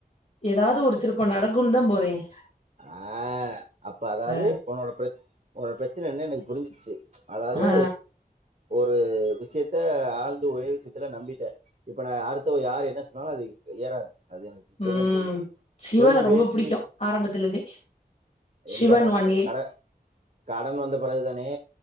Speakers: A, on the left; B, on the right.
A: ஏதாவது ஒரு திருப்பம் நடந் க்கும் தான் போறேன்
B: ஆ அப்ப அதாவது
A: அ
B: உன்னோட பிரச்ச உனோட பிரச்சனை என்ன எனக்கு புரிஞ்சிச்சு அதாவது
A: ஆ
B: ஒரு விஷயத்த ஆழ்ந்து ஒரே விஷயத்துல நம்பிட்டேன் இப்ப நான் அடுத்த யார்ரு என்ன சொன்னாலும் அது ஏறாது அது எனக்கு இப்பதான்
A: ம்
B: புரியுது
A: சிவன
B: சொல்லி
A: ரொம்ப
B: வேஸ்ட்டனு
A: புடிக்கும் ஆரம்பத்துல இருந்தே சிவன்
B: எந்த ஆரம்பத்துல
A: ஒன் ஏ
B: கடன் கடன் வந்த பிறகுதானே